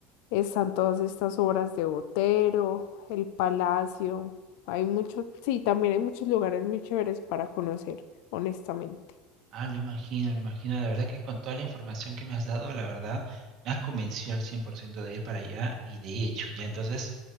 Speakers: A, on the left; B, on the right.
A: están todas estas obras de Botero, el Palacio. Hay muchos, sí, también hay muchos lugares muy chéveres para conocer, honestamente.
B: Ah, lo imagino, lo imagino. La verdad que con toda la información que me has dado, la verdad, me has convencido al 100% de ir para allá y de hecho, ya entonces